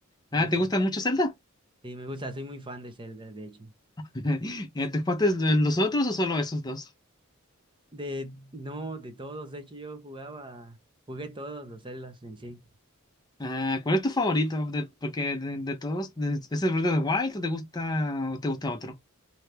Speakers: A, on the right; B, on the left.
A: eso.
B: Ah, ¿te gustan mucho Zelda?
A: Sí, me gusta, soy muy fan de Zelda, de hecho.
B: <laughs> Eh, ¿Te jugaste los otros o solo esos dos?
A: De, no, de todos, de hecho yo jugaba, jugué todos los Zeldas en sí.
B: Ah, ¿cuál es tu favorito? De, porque de, de todos, de- ¿es el Breath of the Wild o te gusta, o te gusta otro?